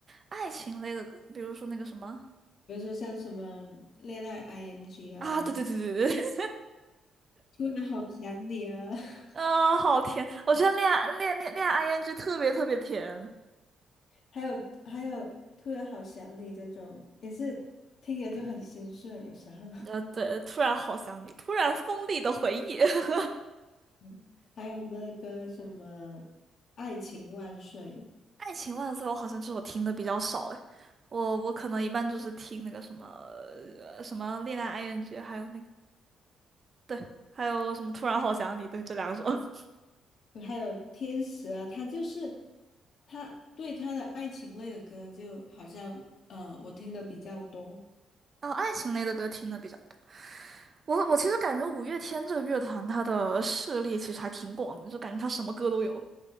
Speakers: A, on the right (about 40°); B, on the left (about 60°).
A: 爱情类的歌，比如说那个什么。
B: 比如说像什么《恋爱 IMG》啊，
A: 啊，对对对对
B: 《突然好想你》啊。
A: 嗯、
B: <laughs>
A: 好甜！我觉得恋爱恋恋恋爱 ing 特别特别甜。
B: 还有还有，突然好想你这种也是听着就很心碎，有时候。<laughs>
A: 呃，对，突然好想你，突然锋利的回忆，<laughs>
B: 嗯，还有那个什么《爱情万岁》，
A: 《爱情万岁》我好像这首听的比较少哎，我我可能一般就是听那个什么什么恋爱 ing，还有那个对，还有什么突然好想你，对，这两首。<laughs>
B: 还有《天使》啊，他就是他对他的爱情类的歌，就好像呃，我听的比较多。
A: 然后爱情类的歌听的比较多。我我其实感觉五月天这个乐团它的涉猎其实还挺广的，就感觉它什么歌都有，